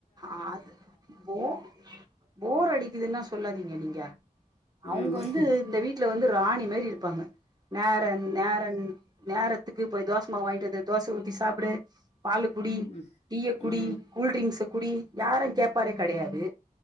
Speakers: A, on the right; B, on the left.
A: அது போ போர் அடிக்குதுனா சொல்லாதீங்க நீங்க அவங்க
B: ம்
A: வந்து இந்த வீட்டுல வந்து ராணி மேரி இருப்பாங்க நேரன் நேரன் நேர துக்கு போய் தோச மாவு வாங்கிட்டு வந்து தோச ஊத்தி சாப்புடு பால்லு குடி
B: ம்
A: டீய குடி
B: ம்
A: கூல் ட்ரிங்க்ஸ குடி யாரு கேப்பாரே கிடையாது